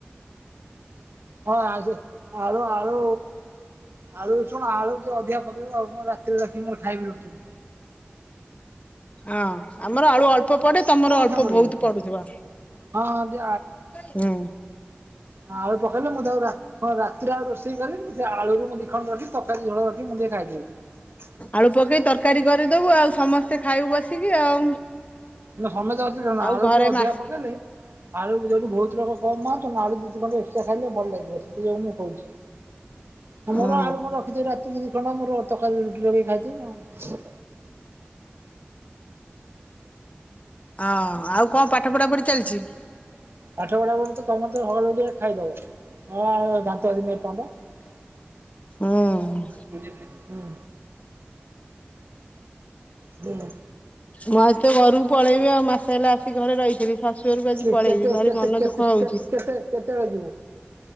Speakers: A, on the right; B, on the left.
A: ହଁ ଆ ଆଳୁ ଆଳୁ ଆଳୁ ଶୁଣ ଆଳୁ ଟିକେ ଅଧିକା ପକେଇବୁ ଆଉ ମୋର ରା ତିରେ ରଖି ମୋର ଖାଇବି ରୁଟି
B: ହଁ ଆମର ଆଳୁ ଅଳ୍ପ ପଡେ ତମର
A: କଣ
B: ଅଳ୍ପ
A: ସାଙ୍ଗ
B: ବହୁତ
A: ହେଇଯାଉଚୁ
B: ପଡୁଥିବ
A: ହଁ ହଁ ଟିକେ
B: ହୁଁ।
A: ହଁ ଆଳୁ ପକେଇଲେ ମୁଁ ତାକୁ ରା ହଁ ରାତିରେ ଆଉ ରୋଷେଇ କରିବିନି ସେ ଆଳୁକୁ ମୁ ଦିଖଣ୍ଡ ରଖି ତରକାରୀ ଝୋଳ ରଖି ମୁଁ ଟିକେ ଖାଇଦିଏ।
B: ଆଳୁ ପକେଇ ତରକାରୀ କରିଦବୁ ଆଉ ସମସ୍ତେ ଖାଇବୁ ବସିକି ଆଉ।
A: ନା ସମସ୍ତେ ଅଛନ୍ତି ନା ନା
B: ଆଉ
A: ଆଳୁ
B: ଘରେ
A: ଟିକେ ଅଧିକା
B: ମାସ
A: ପକେଇଲେ ଆଳୁ ଯୋଉଠି ବହୁତ ଲୋକ କମ ଆଉଛନ୍ତି ଆଳୁ ଦି ଦି ଖଣ୍ଡ ଏକ୍ସଟ୍ରା ଖାଇଲେ ଭଲ ଲାଗିବ ସେଥିପାଇଁ ମୁଁ କହୁଛି। ଆଉ
B: ହୁଁ
A: ମୋର ଆଳୁ କଣ ରଖିଥିବ ରାତିକିି ଦି ଖଣ୍ଡ ମୋର ତରକାରୀ ରୁଟି ଲଗେଇ ଖାଇଦେବି ଆଉ।
B: ହଁ ଆଉ କଣ ପାଠ ପଢ଼ାପଢ଼ି ଚାଲିଛି?
A: ପାଠ ପଢ଼ାପଢ଼ି ତମେ ତ ହଲ୍ ଭିତରେ ଖାଇଦବ। ହଁ ଦାନ୍ତ ଆସିନି ଏପର୍ଯ୍ୟନ୍ତ
B: ହୁଁ।
A: ହୁ। ହୁଁ ହୁଁ
B: ମୁଁ ଆଜି ତ ଘରକୁ ପଳେଇବି ଆଉ ମାସେ ହେଲା ଆସିି ଘରେ ରହିଥିଲି ଶାଶୁ ଘରକୁ ଆଜି
A: କେ
B: ପଳେଇବି
A: କେତେ
B: ଭାରି
A: କେତେ
B: ମନ
A: କେତେ
B: ଦୁଃଖ ହଉଛି।
A: କେତେ କେତେ କେତେବେଳେ ଯିବୁ?